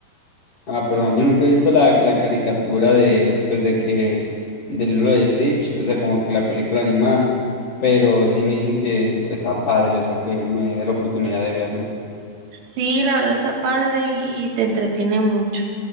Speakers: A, on the left (about 75°); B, on the right (about 80°).
A: ah, perdón, yo nunca he visto la, la caricatura de, pues de que, del libro de Stitch, o sea, como que la película animada, pero sí me dicen que está padre, o sea, que me dé la oportunidad de verla.
B: Sí, la verdad está padre y, y te entretiene mucho.